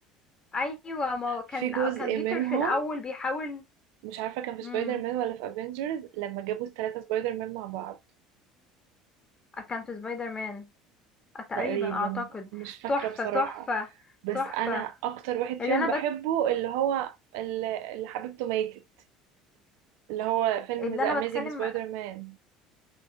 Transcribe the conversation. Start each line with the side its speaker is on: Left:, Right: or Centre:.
Left: ايوه ما هو كان
Right: في جزء
Left: الأ- كان بيتر
Right: منهم
Left: في الاول بيحاول
Right: مش عارفة كان في
Left: امم
Right: سبايدر مان ولا في افنجرز لما جابوا الثلاثة سبايدر مان مع بعض
Left: كان في سبايدر مان تقريبا
Right: تقريبا
Left: اعتقد
Right: مش فاكرة
Left: تحفة
Right: بصراحة
Left: تحفة
Right: بس
Left: تحفة
Right: انا اكتر واحد
Left: اللي
Right: فيهم
Left: انا
Right: بحبه
Left: بت...
Right: اللي هو اللي اللي حبيبته ماتت اللي هو فيلم
Left: اللي
Right: ذا
Left: انا
Right: اميزنج
Left: بتكلم
Right: سبايدر مان